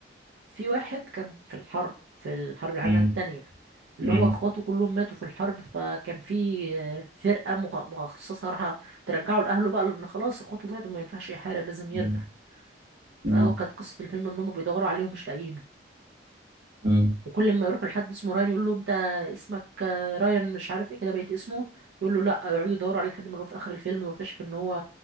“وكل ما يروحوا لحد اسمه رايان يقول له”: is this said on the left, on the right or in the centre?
Right